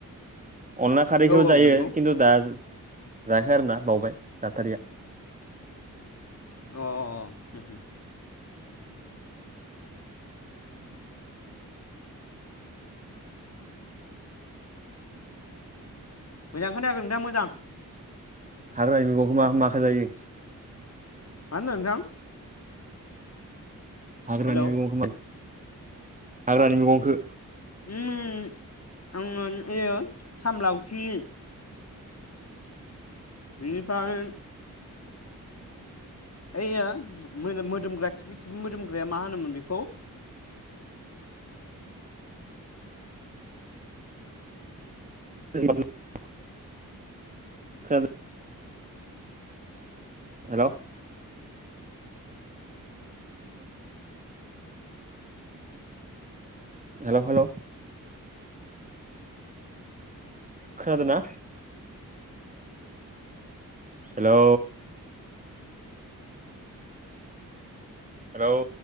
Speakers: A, on the right; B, on the left.
A: अनला खारैखौबो
B: औ औ
A: जायो
B: नंगौ
A: खिन्थु दा जायाखै आरोना बावबाय जाथारिया
B: अह मोजां खोनायाखै नोंथां मोजां
A: हाग्रानि मैगंखौ मा माखौ जायो?
B: मा होनदों नोंथां?
A: हाग्रानि
B: हेल'
A: मेगंखो हाग्रानि मेगंखो
B: उम आङो‌ इयो साम लावथि बेनिफ्राय ओइयो मोदोम मोदोमग्रा खिफि-खिफि मोदोमग्राया मा होनोमोन बेखौ?
A: <unintelligible> खोनादो हेलौ हेलौ हेलौ खोनादोंना? Hello hello